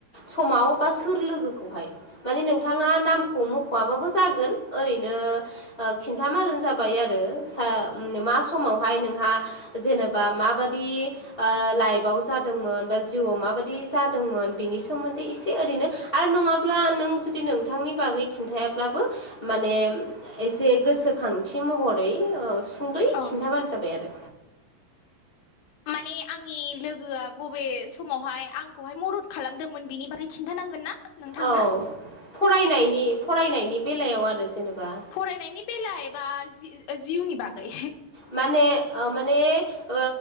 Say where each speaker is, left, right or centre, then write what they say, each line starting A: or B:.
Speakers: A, on the left; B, on the left.
A: समाव बा सोर लोगोखौहाय माने नोंथाङा नामखौ मख'आबाबो जागोन ओरैनो खिन्थ मारानो जाबाय आरो मा समावहाय नोंहा जेनेबा माबादि लाइफआव जादोंमोन बा जिउआव माबादि जादों दोंमोन बिनि सोमोन्दै एसे ओरैनो आरो नङाब्ला नों जुदि नोंथांनि बागै खिन्थायाब्लाबो माने एसे गोसोखांथि महरै सुंद'य
B: औ
A: खिन्थाबानो जाबाय आरो
B: माने आंनि लोगोआ बबे समावहाय आंखौहाय मदद खालामदोंमोन बिनि बागै खिन्थानांगोन ना नोंथांनो
A: औ फरायनायनि फरायनायनि बेलायाव आरो जेनेबा
B: फरायनायनि बेला एबा जिउनि बागै
A: माने ओ माने ओ